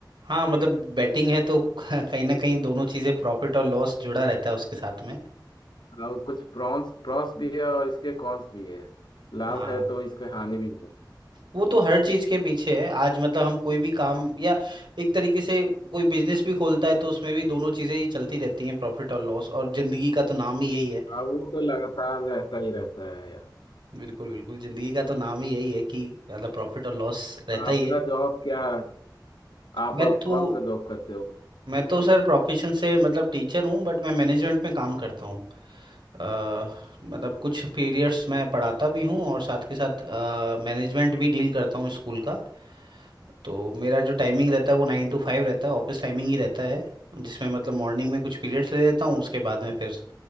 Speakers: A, on the right (about 80°); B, on the left (about 70°).
A: हाँ मतलब बैटिंग है तो <laughs> कहीं ना कहीं दोनों चीजें प्रॉफिट और लॉस जुड़ा रहता है उसके साथ में
B: हाँ कुछ प्रॉन्स प्रॉस भी है और इसके कॉन्स भी है लाभ
A: हाँ
B: है तो इसके हानि भी है
A: वो तो हर चीज के पीछे है आज मतलब हम कोई भी काम या एक तरीके से कोई बिजनेस भी खोलता है तो उसमें भी दोनों चीजें ही चलती रहती हैं प्रॉफिट और लॉस और जिंदगी का तो नाम ही यही है
B: हाँ वो तो लगातार रहता ही रहता है यार
A: बिल्कुल बिल्कुल जिंदगी का तो नाम ही यही है कि मतलब प्रॉफिट और लॉस रहता
B: आपका
A: ही है
B: जॉब क्या आप
A: मैं
B: अब
A: तो
B: कौन सा जॉब करते हो
A: मैं तो सर प्रोफेशन से मतलब टीचर हूँ बट मैं मैनेजमेंट में काम करता हूँ अ, मतलब कुछ पीरियड्स मैं पढ़ाता भी हूँ और साथ के साथ मैनेजमेंट भी डील करता हूँ स्कूल का तो मेरा जो टाइमिंग रहता है वो नाइन टू फाइव रहता है ऑफिस टाइमिंग ही रहता है जिसमें मतलब मॉर्निंग में कुछ पीरियड्स ले लेता हूँ उसके बाद में फिर